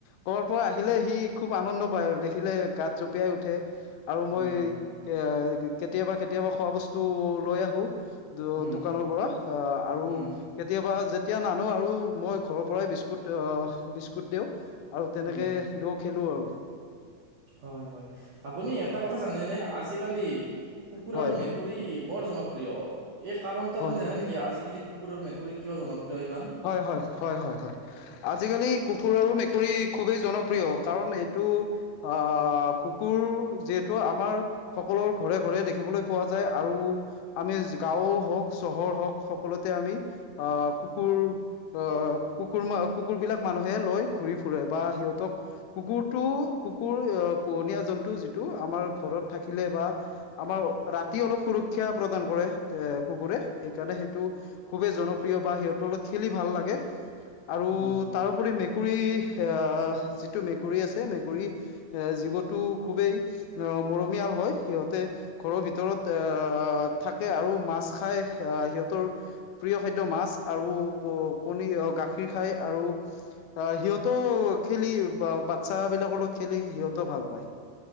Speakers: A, on the left (about 85°); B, on the right (about 75°).
A: কৰ'বাৰ পৰা আহিলে সি খুব আনন্দ পায় আৰু দেখিলে গাত জপিয়াই উঠে। আৰু
B: হুম,
A: মই
B: হুম,
A: এ কেতিয়াবা কেতিয়াবা খোৱা বস্তু লৈ আহো। দো
B: হুম,
A: দোকানৰ পৰা অ আৰু
B: হুম,
A: কেতিয়াবা যেতিয়া নানো আৰু মই ঘৰৰ পৰাই বিস্কুট অ বিস্কুট দিওঁ। আৰু তেনেকে
B: হুম।
A: দু খেলো আৰু।
B: হয় হয়, আপুনি এটা
A: হয়
B: কথা জানেনে আজিকালি কুকুৰ
A: হয়
B: আৰু
A: হয়
B: মেকুৰী বৰ জনপ্ৰিয়। এই কাৰণতটো
A: হয়
B: আপুনি জানে নেকি, আজিকালি কুকুৰ আৰু মেকুৰী কিয় জনপ্ৰিয় ইমান?
A: হয় হয় হয় হয় হয়, আজিকালি কুকুৰ আৰু মেকুৰী খুবেই জনপ্ৰিয়, কাৰণ এইটো অহ, কুকুৰ যিহেতু আমাৰ সকলোৰ ঘৰে ঘৰে দেখিবলৈ পোৱা যায়, আৰু আমি গাওঁ হওঁক, চহৰ হওঁক সকলোতে আমি আহ কুকুৰ, আহ কুকুৰবোৰক লৈ মানুহ বিলাকে ঘূৰি ফুৰে বা সিহঁতক কুকুৰটো কুকুৰ অ পোহনীয়া জন্তু যিটো আমাৰ ঘৰত থাকিলে বা আমাৰ ৰাতি অলপ সুৰক্ষা প্ৰদান কৰে, এ কুকুৰে সেইকাৰণে সেইটো খুবেই জনপ্ৰিয় বা সিহঁতৰ লগত খেলি ভাল লাগে, আৰু
B: উম হুম
A: কুৰি মেকুৰী অ যিটো মেকুৰী আছে মেকুৰী এ জীৱটো খুবেই অহ মৰমীয়াল হয়, সিহঁতে ঘৰৰ ভিতৰত আহ থাকে আৰু মাছ খাই, আহ সিহঁতৰ প্ৰিয় খাদ্য মাছ আৰু কণী গাখীৰ খাই, আৰু অ সিহঁতেও খেলি বা বাচ্ছা বিলাকৰ লগত খেলি সিহঁতেও ভাল পায়।